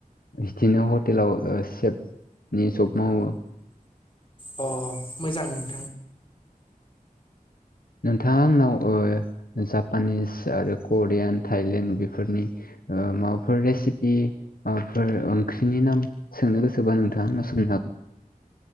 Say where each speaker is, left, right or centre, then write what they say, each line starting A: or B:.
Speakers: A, on the left; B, on the left.
A: बिदिनो हटेलाव सेफनि जब मावो
B: अ मोजां नों
A: नोंथाङा आंनाव ओ जापानिस आरो करियान थाइलेण्ड बेफोरनि ओ माबाफोर रेसिपि फोर ओंख्रिनि नाम सोंनो गोसोबा नोंथां सोंनो हागोन।